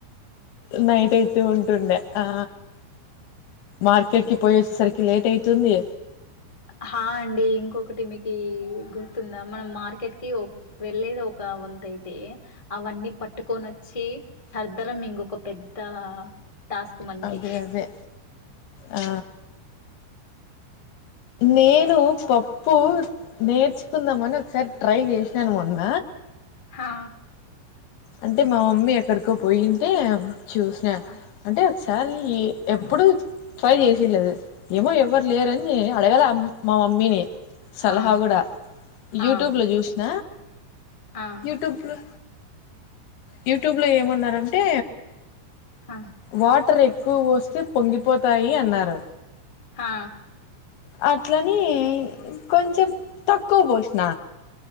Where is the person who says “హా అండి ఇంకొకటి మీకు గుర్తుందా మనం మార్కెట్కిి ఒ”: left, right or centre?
Left